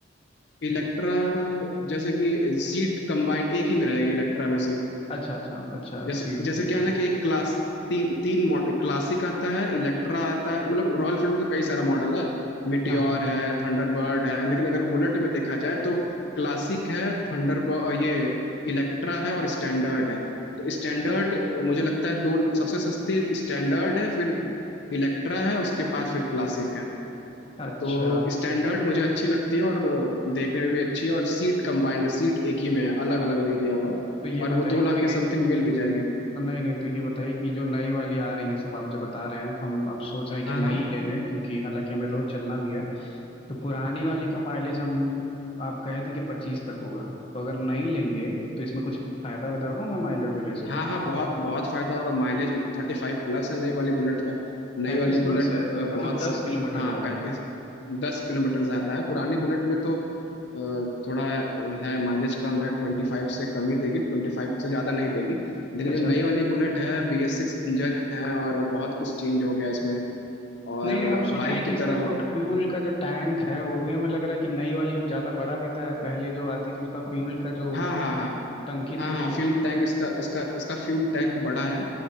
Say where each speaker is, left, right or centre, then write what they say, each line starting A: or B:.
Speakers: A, on the left; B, on the left.
A: इलेक्ट्रा जैसे कि सीट कंबाइंड एक ही में रहेगी इलेक्ट्रा में सीट
B: अच्छा अच्छा अच्छा
A: जैसे
B: सी
A: जैसे क्या
B: की
A: है ना कि एक क्लास तीन तीन मॉडल क्लासिक आता है इलेक्ट्रा आता है मतलब रॉयल फील्ड में तो कई सारा मॉडल है मिटियोर
B: हाँ
A: है थंडरबर्ड है लेकिन अगर बुलेट में देखा जाए तो क्लासिक है थंडरबर्ड ये इलेक्ट्रा है और स्टैंडर्ड है तो स्टैंडर्ड मुझे लगता है दो सबसे सस्ती स्टैंडर्ड है फिर इलेक्ट्रा है उसके बाद फिर क्लासिक है
B: हाँ। अच्छा
A: तो स्टैंडर्ड मुझे अच्छी लगती है और देखने में भी अच्छी है और सीट कंबाइंड है सीट एक ही में है अलग अलग नहीं दिया हुआ
B: तो ये
A: और
B: बताइए
A: वो दो लाख
B: तो ये
A: के समथिंग मिल भी जाएगी
B: नहीं नहीं तो ये बताइए कि जो नई वाली आ रही है सब आप जो बता रहे हैं हम अब सोच रहे हैं
A: हाँ
B: कि नई
A: हाँ
B: ले लें क्योंकि हालांकि हमें रोज चलना भी है तो पुरानी
A: हम्म,
B: वाली का माइलेज हम आप कहे थे कि पच्चीस तक होगा तो अगर नई लेंगे तो इसमें कुछ फायदा वायदा होगा हमें माइलेज वाइलेज
A: हाँ
B: का
A: हाँ बहुत बहुत फायदा होगा माइलेज थर्टी फाइव प्लस है नई वाली बुलेट का नई
B: पैंतीस
A: वाली बुलेट
B: प्लस है
A: अ, बहुत
B: मतलब
A: सही
B: दस किलोमीटर
A: हाँ
B: ज्यादा
A: पैंतीस दस किलोमीटर ज्यादा है पुरानी बुलेट में तो अ, थोड़ा अ, है माइलेज कम है ट्वेंटी फाइव से कम ही देगी ट्वेंटी फाइव से ज्यादा नहीं देगी लेकिन
B: अच्छा
A: जो नई वाली बुलेट है बी एस सिक्स इंजन है और बहुत कुछ चेंज हो गया इसमें और
B: नहीं नहीं हम सुने
A: बाइक
B: हैं कि
A: की
B: इसका
A: तरह हो-
B: जो फ्यूल का जो टैंक है वो भी हमें लग रहा है कि नई वाली अब ज्यादा बड़ा देता है पहले जो आती थी उसका फ्यूल का जो
A: हाँ हाँ हाँ
B: टंकी
A: हाँ
B: थी वो
A: हाँ
B: छोटी
A: फ्यूल
B: थी
A: टैंक इसका इसका इसका फ्यूल टैंक बड़ा है